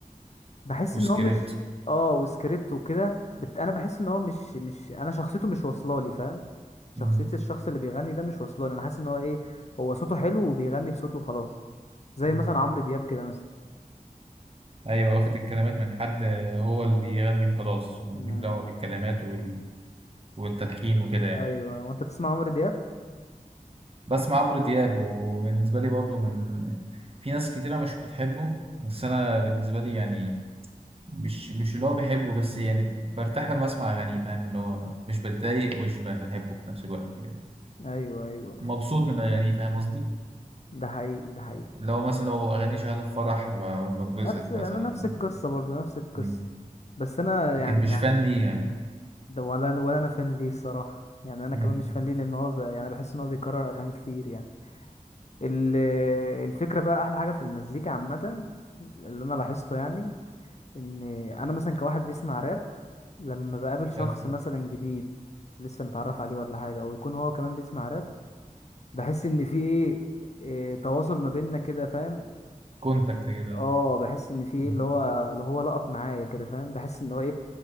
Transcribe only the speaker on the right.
وسكريبت
مم.
مم.
أيوه واخد الكلمات من حد هو اللي بيغني وخلاص ملوش
دعوة بالكلمات وال... والتلحين وكده يعني
بسمع عمرو دياب وبالنسبة لي برضو من في ناس كتيرة مش بتحبه بس أنا بالنسبة لي يعني مش مش اللي هو بحبه بس يعني برتاح لما اسمع اغانيه فاهم اللي هو مش بتضايق ومش بحبه في نفس الوقت يعني
مبسوط من اغانيه فاهم قصدي
لو مثلا لو اغانيه شغاله في فرح ب- بتبسط
مثلا
مم.
لكن
مش
فان ليه يعني
مم.
حلو
كونتاكت كده
مم.